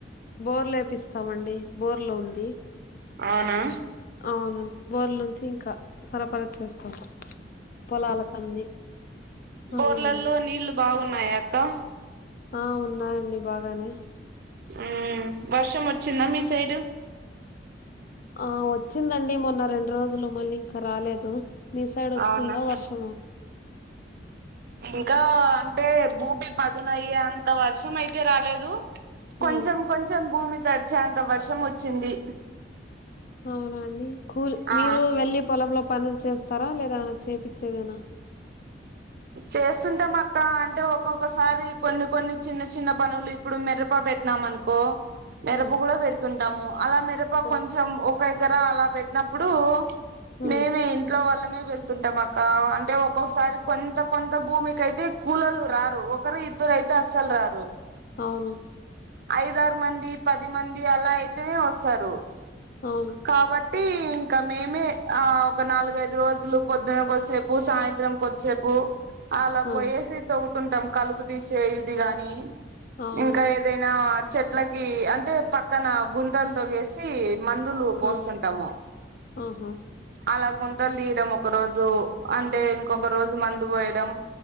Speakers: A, on the left; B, on the right.
A: బోర్ లేపిస్తామండి బోర్లు ఉంది
B: అవునా
A: అవును బోర్ నుంచి ఇంకా సరఫరా చేస్తాం పొలాలకన్ని
B: బోర్లలో
A: అవునండి
B: నీళ్లు బాగున్నా న్నాయాక్క
A: ఆ ఉన్నాయండి బాగానే
B: ఆ వర్షం వచ్చిందా మీ సైడు
A: ఆ వచ్చిందండి మొన్న రెండు రోజులు మళ్ళీ ఇంకా రాలేదు మీ సైడ్ వస్తుందా
B: అవునా
A: వర్షమా
B: ఇంకా అంటే భూమి పదునయ అంత వర్షం అయితే రాలేదు కొంచెం
A: ఉమ్
B: కొంచెం భూమి దరిచే అంత వర్షం వచ్చింది
A: అవునండి కూల్
B: ఆ
A: మీరు వెళ్లి పొలంలో పనులు చేస్తారా లేదా చేపచ్చేదేనా
B: చేస్తుంటాం అక్క అంటే ఒక్కొక్కసారి కొన్ని కొన్ని చిన్న చిన్న పనులు ఇప్పుడు మిరప పెట్టినాం అనుకో మిరప
A: ఉమ్
B: కూడా పెడుతుంటాము అలా మిరప
A: ఓకే
B: కొంచెం ఒకైక్క అలా పెట్టినప్పుడు
A: ఉమ్
B: మేమే ఇంట్లో వాళ్ళ వెళ్తుంటాం అక్క అంటే ఒక్కొసారి కొంత కొంత భూమికియితే కూలలు రారు ఒకరు ఇద్దరు అయితే అస్సలు రారు
A: అవును
B: ఐదరు మంది పది మంది అలా అయితేనే వస్తారు
A: అవును
B: కాబట్ టే ఇంకా మేమే ఆ ఒక నాలుగైదు రోజులు పొద్దున కొద్దిసేపు సాయంత్రం కొద్దిసేపు అలా పో
A: ఆ
B: ఏసి తగు వస్తుంటాం కలుపు తీసేది గాని
A: అవునా
B: ఇంకా ఏదైనా చెట్లకి అంటే పక్కన గుంతలతోగేసి మందులు పోస్తుంటాము
A: ఆ ఆహా
B: అలా గుంతలు తీయడం ఒక రోజు అంటే ఇంకొక
A: ఉమ్
B: రోజు మందు పోయ ఇడం